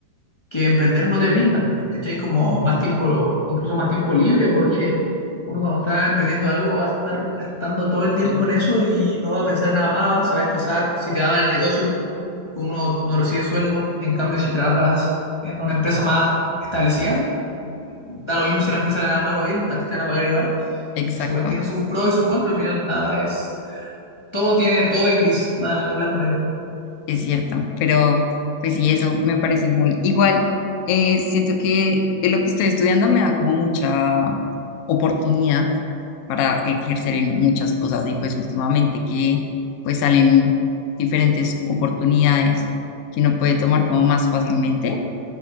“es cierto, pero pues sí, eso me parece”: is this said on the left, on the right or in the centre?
Left